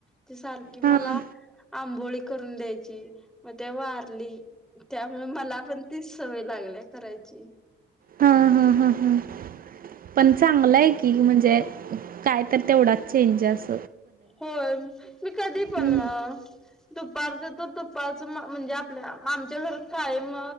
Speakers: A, in the centre; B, on the right.
A: ती सारखी
B: हा
A: मला
B: हा
A: आंबोळी करून द्यायची ते वारली त्यामुळे मला पण तीच सवय लागल्या करायची
B: हा हा हा हा पण चांगलं आहे की म्हणजे काय तर तेवढाच चेंज अस
A: होय मी कधी पण
B: हम्म
A: दुपार तुपाच म्हणजे आपल्या आमच्या घरात कायम